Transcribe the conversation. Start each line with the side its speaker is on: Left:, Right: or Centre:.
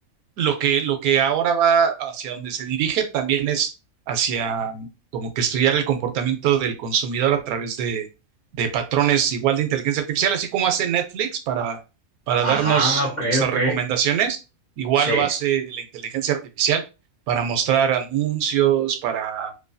Right: lo que, lo que ahora va hacia donde se dirige también es hacia mm, como que estudiar el comportamiento del consumidor a través de, de patrones igual de inteligencia artificial, así como hace Netflix para, para
Left: Ajá,
Right: darnos
Left: ok,
Right: nuestras
Left: ok.
Right: recomendaciones, igual
Left: Sí.
Right: lo hace la inteligencia artificial para mostrar anuncios, para